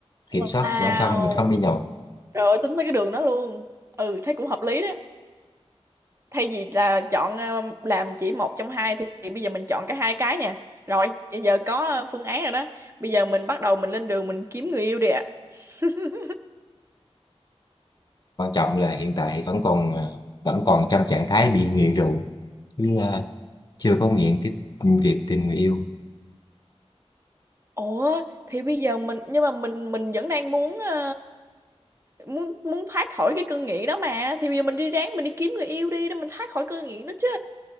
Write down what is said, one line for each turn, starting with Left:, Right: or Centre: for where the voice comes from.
Right: Wow.
Left: kiểm soát của bản thân mình không đi nhậu
Right: Rồi tính tới cái đường đó luôn. Ừ thấy cũng hợp lý đó. Thay vì là chọn ờ, làm chỉ một trong hai thì, thì bây giờ mình chọn cả hai cái nha. Rồi, bây giờ có ờ, phương án rồi đó. Bây giờ mình bắt đầu mình lên đường mình kiếm người yêu đi ạ. <laughs>
Left: quan trọng là hiện tại vẫn còn à, vẫn còn trong trạng thái bị nghiện rượu chứ à, chưa có nghiện cái việc tìm người yêu
Right: Ủa thì bây giờ mình nhưng mà mình mình vẫn đang muốn ờ, muốn muốn thoát khỏi cái cơn nghiện đó mà. Thì bây giờ mình đi ráng mình đi kiếm người yêu đi để mình thoát khỏi cơn nghiện đó chứ.